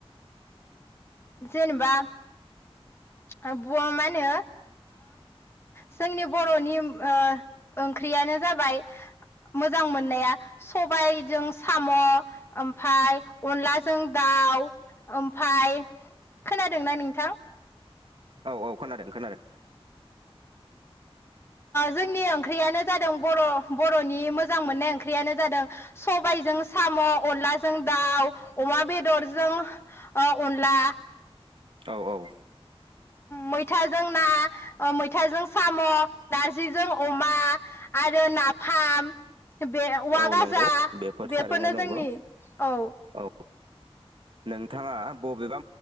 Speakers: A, on the left; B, on the right.
A: जेनेबा मा होनो जोंनि बर'नि ओंख्रियानो जाबाय मोजां मोननाया सबायजों साम' ओमफफ्राय अनलाजों दाउ ओमफाय खोनादोंना नोंथां
B: औ औ खोनादों खोनादों।
A: जोंनि ओंख्रियानो जादों बर' बर'नि मोजां मोननाय ओंख्रियानो जादों सबायजों साम' अनलाजों दाउ अमा बेदर बेदरजों अनला
B: औ औ।
A: मैथाजों ना मैथाजों साम' नारजिजों अमा आरो नाफाम बे औवा
B: औ
A: गाजा
B: नंगौ बेफोर
A: बेफोरनो
B: थारैनो नंगौ
A: जोंनि औ।
B: औ नोंथाङा बबेबा